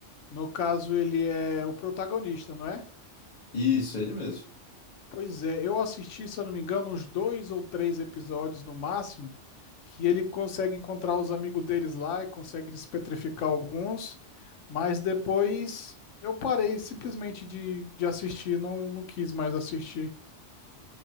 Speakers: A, on the left; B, on the left.
A: No caso, ele é o protagonista, não é?
B: Isso, ele mesmo.
A: Pois é, eu assisti, se eu não me engano, uns dois ou três episódios no máximo, que ele consegue encontrar os amigos deles lá e consegue despetrificar alguns, mas depois eu parei simplesmente de, de assistir, não, não quis mais assistir.